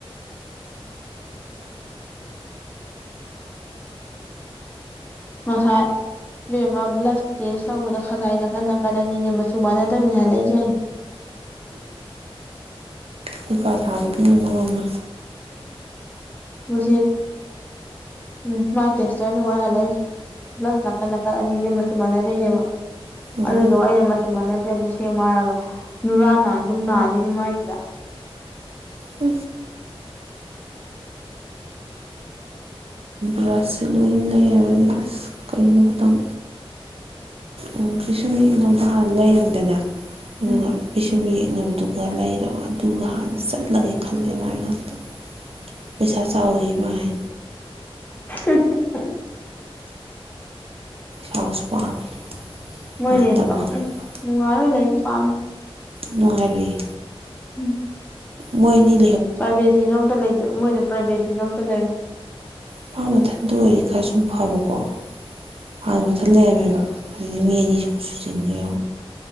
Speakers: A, on the left; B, on the right.
A: ꯑꯁꯥꯏ ꯃꯦꯝꯃ ꯕ꯭ꯂꯁ ꯇꯦꯁ ꯇꯧꯕꯗ ꯈꯖꯥꯏꯅ ꯀꯟꯅ ꯀꯟꯅꯅꯤꯁꯦ ꯃꯆꯨ ꯃꯥꯟꯅꯗꯕꯅꯤ ꯍꯜꯂꯛꯏꯁꯦ ꯑꯩꯅ
B: ꯍꯩꯄꯥ ꯁꯥꯕꯗꯤꯅ ꯃꯣꯡꯃ
A: ꯍꯧ ꯎꯝ ꯃꯥꯏ ꯇꯦꯁꯇꯔꯅꯤ ꯑꯣꯏꯍꯜꯂ ꯄ꯭ꯂꯁ ꯅꯥꯀꯟ ꯅꯥꯀꯟ ꯑꯅꯤꯁꯤ ꯃꯆꯨ ꯃꯥꯟꯅꯗꯣꯏꯅꯦꯕ
B: ꯑꯃ
A: ꯑꯗꯨꯗꯣ ꯑꯩꯅ ꯃꯆꯨꯝ ꯃ ꯅꯠꯇ꯭ꯔꯦꯛꯇ ꯁꯦꯝꯃꯔꯒ ꯅꯨꯨꯔꯥꯟ ꯅꯥꯟꯒꯨꯝ ꯅꯥꯜꯂꯤꯅꯦ ꯃꯥꯏꯁꯤꯗ
B: ꯎ ꯕ꯭ꯔꯁꯁꯦ ꯂꯣꯏ ꯂꯩꯔꯔꯗꯤ ꯑꯁ ꯀꯩꯅꯣ ꯈꯇꯪ ꯎꯝ ꯀꯩꯁꯨꯝ ꯌꯦꯅꯗ ꯍꯥꯟꯅ ꯂꯩꯔꯝꯗꯅ ꯑꯗꯨꯒ
A: ꯎꯝ
B: ꯄꯩꯁꯨꯝꯒꯤ ꯆꯪꯅꯕꯗꯨꯒ ꯂꯩꯔꯕ ꯑꯗꯨꯒ ꯍꯥꯟꯅ ꯆꯠꯂꯒꯦ ꯈꯜꯂꯦ ꯃꯥꯏꯅꯥꯛꯇ ꯄꯩꯁꯥ ꯆꯥꯎꯋꯤ ꯃꯥꯥꯏ
A: <unintelligible>
B: ꯁꯁꯨ ꯄꯥꯝꯃꯤ
A: ꯃꯣꯏꯔꯇꯣ
B: ꯃꯥ ꯇꯝꯃꯒ
A: ꯎ ꯅꯨꯡꯉꯔꯣꯏ ꯂꯩꯕ ꯄꯥꯝꯗ
B: ꯅꯨꯡꯉꯥꯏꯔꯛꯏ
A: ꯎꯝ
B: ꯃꯣꯏꯅꯤ
A: ꯄ꯭ꯔꯥꯏꯚꯦꯠꯁꯤꯁꯨ ꯑꯝꯇ ꯂꯩꯇ꯭ꯔꯦ ꯃꯣꯏꯗ ꯄ꯭ꯔꯥꯏꯚꯦꯠꯁꯤꯁꯨ ꯑꯝꯇ ꯂꯩꯔꯦ
B: ꯑꯄꯥ ꯃꯊꯟꯗ ꯑꯣꯏꯔ ꯈꯔ ꯁꯨꯝ ꯐꯕꯀꯣ ꯑꯥ ꯃꯊꯟ ꯂꯩꯃꯦꯕ ꯑꯗꯨꯗꯤ ꯃꯤ ꯑꯅꯤ ꯁ ꯁꯨ ꯆꯟꯈꯦ